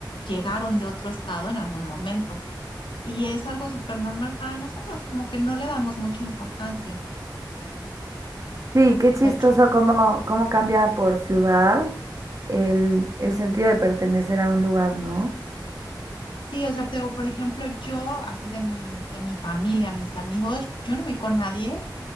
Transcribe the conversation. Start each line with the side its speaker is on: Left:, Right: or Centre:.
Left: llegaron de otro estado en algún momento. Y es algo súper normal para nosotros, como que no le damos mucha importancia.
Right: Sí, qué
Left: O
Right: chistoso
Left: sea, yo,
Right: cómo, cómo cambia por ciudad el, el sentido de pertenecer a un lugar, ¿no?
Left: sí, o sea, te digo, por ejemplo, yo, así de mi, de mi familia, mis amigos, yo no vi con nadie